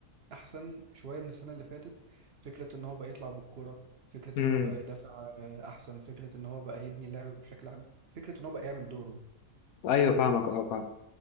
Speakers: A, on the right (about 50°); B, on the left (about 80°).
A: أحسن شوية من السنة اللي فاتت فكرة إن هو بقى يطلع بالكرة فكرة
B: امم
A: إن هو بقى يدافع آه، أحسن فكرة إن هو بقى يبني اللعب بشكل أحسن فكرة إن هو بقى يعمل دوره
B: ايوه فاهمك اه فاهم